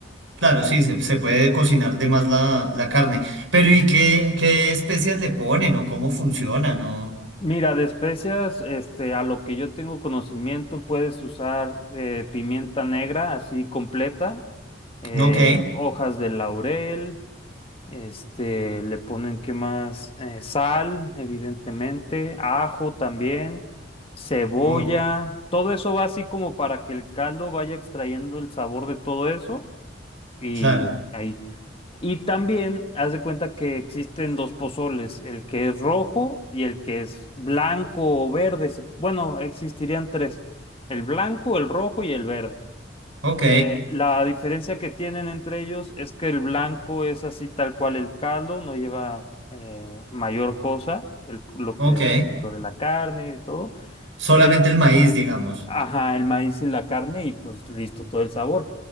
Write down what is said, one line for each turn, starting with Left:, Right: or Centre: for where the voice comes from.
Right: Claro, sí, se, se puede cocinar de más la, la carne. Pero ¿y qué, qué especias le ponen o cómo funcionan? ¿O...
Left: Mira, de especias, este, a lo que yo tengo conocimiento, puedes usar eh, pimienta negra así completa, eh,
Right: Ok.
Left: hojas de laurel, Este, le ponen, ¿qué más? Eh, sal, evidentemente, ajo también, cebolla,
Right: Oh,
Left: todo eso va así como para que el caldo vaya extrayendo el sabor de todo eso y
Right: claro.
Left: ahí. Y también haz de cuenta que existen dos pozoles, el que es rojo y el que es blanco o verde. se- Bueno, existirían tres, el blanco, el rojo y el verde.
Right: Ok.
Left: Eh, la diferencia que tienen entre ellos es que el blanco es así tal cual el caldo, no lleva eh, mayor cosa, el- lo
Right: Ok.
Left: que, lo de la carne y todo.
Right: Solamente
Left: El,
Right: el maíz, digamos.
Left: ajá, el maíz y la carne y pues listo, todo el sabor.